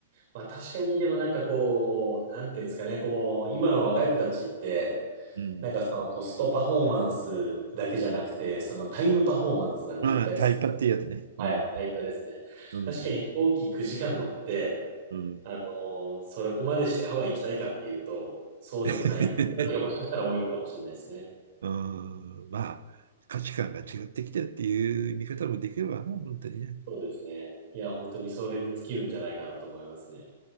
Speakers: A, on the right (about 45°); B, on the right (about 85°).
A: まあ確かにでもなんかこう、なんていうんですかね、こう、今の若い子たちって、
B: うん。
A: なんかそのコストパフォーマンスだけじゃなくて、そのタイムパフォーマンスなんて言ったりする。
B: まあ、タイパっていうやつね。
A: はい、
B: うん。
A: タイパですね。
B: うん。
A: 確かに飛行機9時間乗って、
B: うん。
A: あのーそれこまでしてハワイ行きたいかっていうと、そうでもないっていう人たちがもしかしたら多いのかもしれないですね。
B: <laughs> うんまあ、価値観が違ってきてるっていう見方もできるわな、本当にね。
A: そうですね。いや、本当にそれに尽きるんじゃないかなと思いますね。